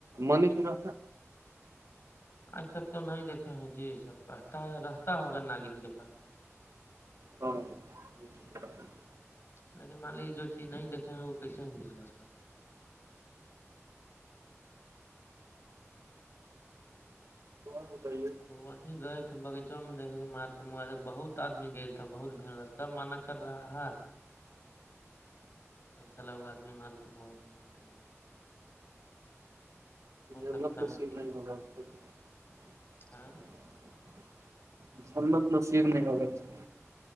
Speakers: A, on the right; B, on the left.
A: منی کی ری
B: آج تک تو نہیں دیکھے ہیں جی سبتا ہے رہتا ہوگا ناگین کے پاس
A: ہاں <unintelligible> اچ <inaudible>
B: لیکن مان لجے جو چیز نہیں دیکھے وہ کیسے میں وشوا کرتے ہیں
A: تومان بتائیے
B: ہیں
A: <unintelligible>
B: وہیں گئے تھ بغیچہ میں دھے کے مارک مگا بہت آدمی کھیل تو بہت سب معنی کر رہا ہے چ آدمی مارک م ہووا دیا بتائیے ہو سکتا
A: جنا توسیب
B: ہے کہ
A: نہیں ہو رہا <unintelligible>
B: ہاں
A: سمت ن سیر نہیں ہوگ <unintelligible>